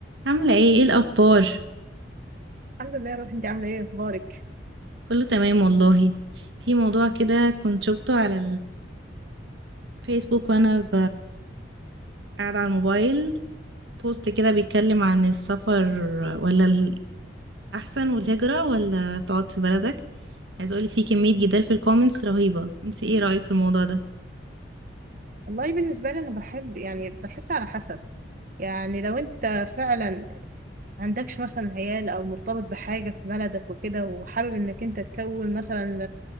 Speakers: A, on the right (about 70°); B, on the right (about 45°).
A: عاملة ايه ايه الأخبار؟
B: الحمد لله يا روحي انت عامله ايه اخبارك
A: كله تمام والله في موضوع كده كنت شفته على الفيسبوك وأنا ب... قاعدة على الموبايل بوست كده بيتكلم عن السفر ولا الأحسن والهجرة ولا تقعد في بلدك عايز أقولك في كمية جدال في الكومنتس رهيبة انت ايه رأيك في الموضوع ده؟
B: والله بالنسبه لي انا بحب يعني بحس على حسب يعني لو انت فعلا عندكش مثلا عيال او مرتبط بحاجه في بلدك وكده وحابب انك انت تكون مثلا